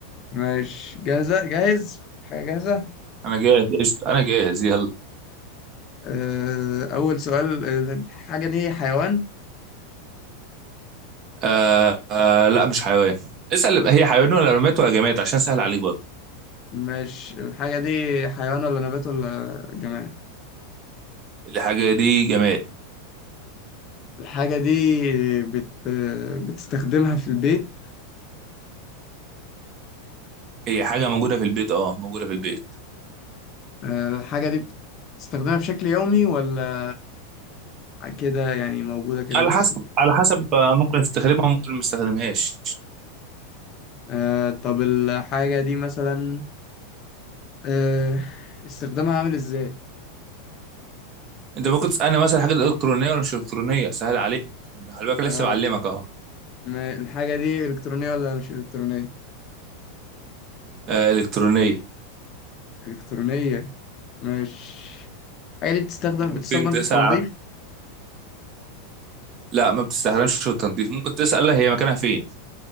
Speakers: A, on the left (about 40°); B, on the right (about 40°).
A: ماشي جاهزة جاهز حاجة جاهزة
B: انا جاهز قشطه انا جاهز يلا
A: آه، أول سؤال آه، الحاجة دي حيوان
B: آه... آه... لا مش حيوان اسال هي حيوان ولا رماد ولا جماد عشان سهل عليك برضه
A: مش الحاجة دي حيوان ولا نبات ولا جماد
B: الحاجه دي جماد
A: الحاجة دي بت... آه، بتستخدمها في البيت
B: هي حاجة موجودة في البيت اه موجودة في البيت
A: آه، الحاجة دي بتستخدمها بشكل يومي ولا كده يعني موجودة كده
B: على
A: بس
B: حسب على حسب آه، ممكن تستخدمها ممكن ما تستخدمهاش
A: آه طب الحاجة دي مثلا آه استخدامها عامل ازاي؟
B: انت ممكن تسألني مثلا حاجة إلكترونية ولا مش إلكترونية سهل عليك يعني خلي بالك لسه
A: آه
B: بعلمك اهو
A: ما- الحاجة دي إلكترونية ولا مش إلكترونية؟
B: آه، إلكترونية
A: إلكترونية مش الحاجة دي بتستخدم
B: ممكن
A: بتستخدم
B: تسأل
A: في التنظيف؟
B: على لا ما بتستخدمش في التنظيف ممكن تسأل هي مكانها فين